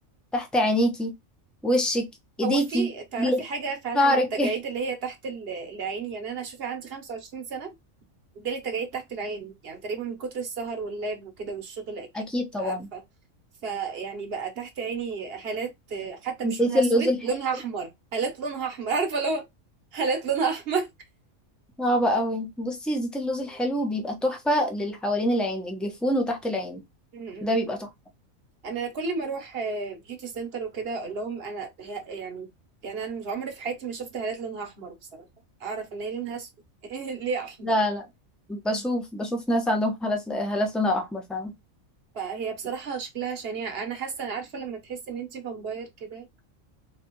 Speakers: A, in the centre; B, on the right (about 50°).
A: تحت عينيكي وشك ايديكي
B: هو في تعرفي
A: رجلك،
B: حاجة فعلا
A: شعرك
B: للتجاعيد
A: <laughs>
B: اللي هي تحت ال- العين يعني أنا شوفي عندي 25 سنة وجالي تجاعيد تحت العين يعني تقريبا من كتر السهر واللاب وكده والشغل أكيد
A: أكيد طبعا
B: عارفة فيعني بقى تحت عيني هالات آه، حتى مش
A: زيت
B: لونها
A: اللوز
B: أسود
A: الحلو
B: لونها أحمر هالات لونها أحمر عارفة لو هالات لونها أحمر
A: صعب قوي بصي زيت اللوز الحلو بيبقى تحفة للي حوالين العين الجفون وتحت العين
B: <laughs>
A: ده بيبقى تحفة
B: انا كل ما اروح بيوتي سنتر وكده اقول لهم انا ه- يعني يعني انا مش عمري في حياتي ما شفت هالات لونها احمر بصراحه اعرف ان هي لونها اسود <laughs> ليه احمر
A: لا لا بشوف بشوف ناس عندهم هالات هالات لونها احمر فعلا
B: فهي بصراحه شكلها شنيع انا حاسه عارفه لما تحس ان انتي فامباير كده